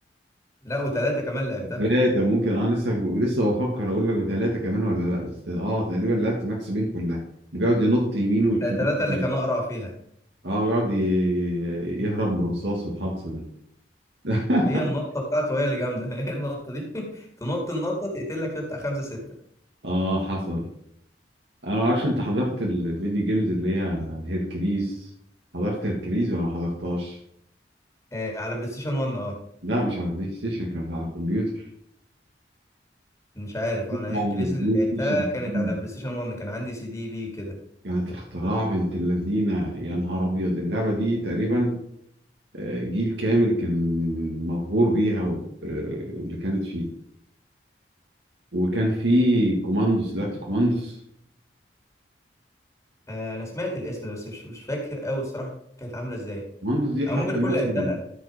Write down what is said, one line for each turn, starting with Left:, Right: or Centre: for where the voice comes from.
Left: لا وثلاثه كمان لعبتها
Right: ثلاثة ممكن انا لسه لسه بفكر اقول لك ثلاثة كمان ولا لا بس اه تقريبا لعبت ماكس بين كلها اللي بيقعد ينط يمين وشمال
Left: ثلاثه اللي كان اقرع فيها
Right: اه بيقعد ي- يهرب من الرصاص والحقص ده <laughs>
Left: هي النطه بتاعته هي اللي جامده <laughs> هي النطه دي <laughs> تنط النطه تقتل لك فيها بتاع خمسه سته
Right: اه حصل انا ما اعرفش انت حضرت الفيديو جيمز اللي هي هيركليز حضرت هيركليز ولا ما حضرتهاش
Left: آه على بلاي ستيشن 1 اه
Right: لا مش على البلاي ستيشن كانت على الكمبيوتر
Left: مش عارف
Right: بس
Left: انا
Right: على
Left: هيركليز
Right: البلاي
Left: اللي لعبتها
Right: ستيشن
Left: كانت
Right: <laughs>
Left: على بلاي ستيشن 1 كان عندي سي دي ليه كده
Right: كانت اختراع بنت اللذينه يا نهار ابيض اللعبه دي تقريبا آه، جيل كامل كان مبهور بيها و- آه، واللي كانت فيه وكان في كوماندوس لعبت كوماندوس
Left: آه، انا سمعت الاسم بس مش مش فاكر قوي الصراحه كانت عامله ازاي
Right: كوماندوس دي لحد
Left: او ممكن
Right: دلوقتي
Left: اكون لعبتها